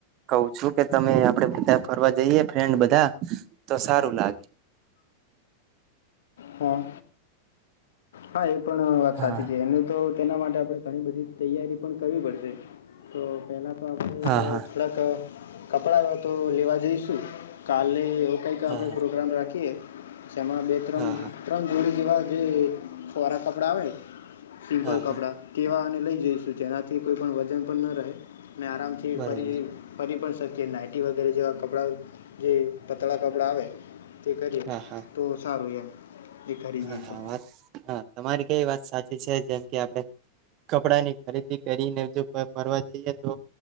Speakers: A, on the right; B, on the left.
A: કહું છું કે તમે આપડે બધા ફરવા જઈએ ફ્રેન્ડ બધા તો સારું લાગે <unintelligible>
B: હા હા એ પણ વાત
A: હા
B: સાચી છે એની તો તેના માટે આપડે ઘણી બધી તૈયારી પણ કરવી પડશે તો પહેલાં તો આપણે
A: હા હા
B: થોડાક કપડાં તો લેવા જઈશું કાલે એવો કંઈક
A: હા
B: આપણે
A: હા
B: પ્રોગ્રામ રાખીએ જેમાં બે ત્રણ
A: હા હા
B: ત્રણ જોડી જેવા જે ફોરા કપડાં આવે સિમ્પલ
A: હા
B: કપડાં
A: હા
B: તેવાને લઈ જઈશું જેનાથી કોઈ પણ વજન પણ ન રહે મેં આરામથી
A: બરોબર
B: ફરી ફરી પણ તો કે નાઇટી વગેરે જેવા કપડાં જે પતળા કપડાં આવે તે કરીએ
A: હા હા
B: તો સારું એમ એ ખરીદીએ
A: હા હા
B: તો
A: વાત હા તમારી કેવી વાત સાચી છે જેમ કે આપણે કપડા ની ખરીદી કરીને જો ફરવા જઈએ તો